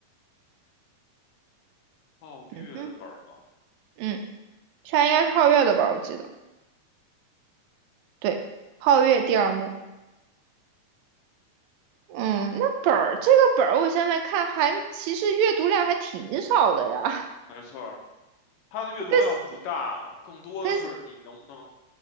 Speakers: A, on the left; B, on the right.
A: 皓月的本儿吗？
B: 嗯嗯，这应该是皓月的吧？我记得，对，皓月第二幕。嗯，那本儿这个本儿，我现在看还其实阅读量还挺少的呀，
A: 没错儿，它的阅读量不大，
B: <laughs> 跟
A: 更多的是你能不能，
B: 跟